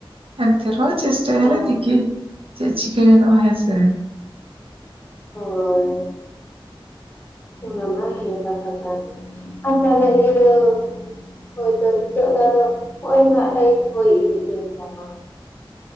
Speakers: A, on the right (about 75°); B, on the left (about 20°).
A: ᱮᱱᱛᱮ ᱨᱮᱦᱚᱸ ᱾ ᱪᱮᱥᱴᱟᱭᱟᱞᱮ
B: ᱦᱳᱭ
A: ᱫᱮᱠᱷᱤ ᱪᱮᱫ ᱪᱤᱠᱟᱹ ᱜᱟᱱᱚᱜᱼᱟ ᱦᱮᱸᱥᱮ᱾
B: ᱦᱳᱭ ᱚᱱᱟᱢᱟ ᱦᱮᱸ ᱠᱟᱛᱷᱟ ᱠᱟᱱ᱾ <unintelligible> ᱦᱳᱭᱛᱚ ᱱᱤᱛᱚᱜ ᱫᱚ ᱟᱫᱚ ᱦᱚᱸᱜᱼᱚᱭ ᱱᱟᱜ ᱴᱟᱭᱤᱢ ᱦᱳᱭ ᱤᱫᱤᱜ ᱮᱱ ᱛᱟᱢᱟ